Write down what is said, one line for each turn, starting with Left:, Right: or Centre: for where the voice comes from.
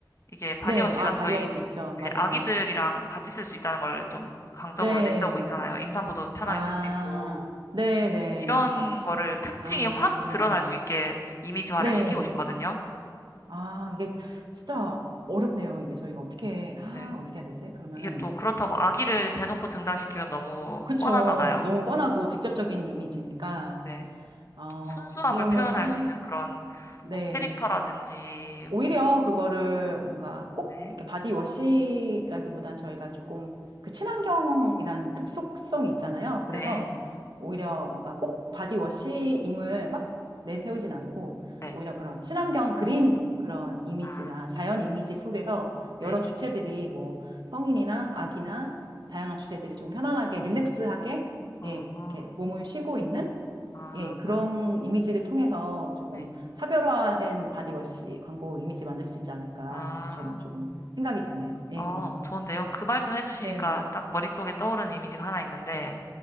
Left: 이게 바디워시가
Right: 네. 아, 바디워시도
Left: 저희
Right: 있죠.
Left: 네,
Right: 맞아요.
Left: 아기들이랑 같이 쓸 수 있다는 걸 좀 강점으로
Right: 네.
Left: 내세우고 있잖아요. 임산부도 편하게
Right: 아,
Left: 쓸 수 있고.
Right: 네, 네.
Left: 이런 거를 특징이
Right: 아,
Left: 확
Right: 그렇네요.
Left: 드러날 수 있게 이미지화를
Right: 네.
Left: 시키고 싶거든요.
Right: 아, 이게 진짜 어렵네요. 이게 저희가 어떻게, 아,
Left: 네.
Right: 어떻게 해야 되지? 그러면은.
Left: 이게 또 그렇다고 아기를 대놓고 등장시키면 너무
Right: 그쵸.
Left: 뻔하잖아요.
Right: 너무 뻔하고 직접적인 이미지니까.
Left: 네.
Right: 어,
Left: 좀 순수함을
Right: 그러면은,
Left: 표현할 수 있는 그런
Right: 네.
Left: 뭐 캐릭터라든지
Right: 오히려
Left: 뭐,
Right: 그거를 뭔가 꼭
Left: 네.
Right: 이렇게 바디워시라기보단 저희가 조금 그 친환경이라는 특속성이 있잖아요. 그래서
Left: 네,
Right: 오히려 뭔가 꼭 바디워시임을 막 내세우진 않고
Left: 네,
Right: 오히려 그런 친환경 그린 그런 이미지나
Left: 아,
Right: 자연 이미지 속에서
Left: 네,
Right: 여러 주체들이 뭐 성인이나 아기나 다양한 주체들이 좀 편안하게 릴렉스하게
Left: 어,
Right: 예,
Left: 어,
Right: 이렇게 몸을 쉬고 있는
Left: 아,
Right: 예, 그런 이미지를 통해서 조금
Left: 네,
Right: 차별화된 바디워시 광고 이미지 만들 수 있지 않을까
Left: 아,
Right: 저는 조금 생각이 되네요. 예.
Left: 어, 좋은데요? 그 말씀 해주시니까
Right: 네.
Left: 딱 머릿속에 떠오르는 이미지가 하나 있는데,